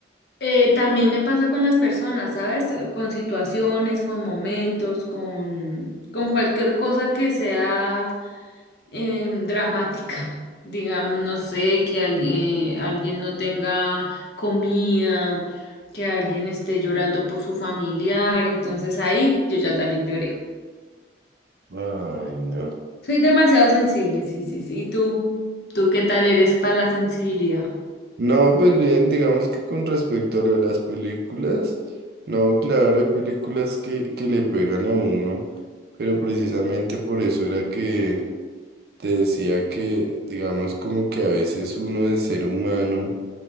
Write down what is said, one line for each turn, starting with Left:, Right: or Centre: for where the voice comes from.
Left: eh, también me pasa con las personas, ¿sabes? Con situaciones, con momentos, con, con cualquier cosa que sea em, dramática. <laughs> Digamos, no sé, que alguien, alguien no tenga comida, que alguien esté llorando por su familiar. Entonces ahí yo ya también lloré.
Right: Ay, no.
Left: Soy demasiado sensible, sí, sí, sí. ¿Y tú? ¿Tú qué tal eres para la sensibilidad?
Right: No, pues bien, digamos que con respecto a lo de las películas, no, claro, hay películas que, que le pegan a uno, pero precisamente por eso era que te decía que, digamos, como que a veces uno de ser humano,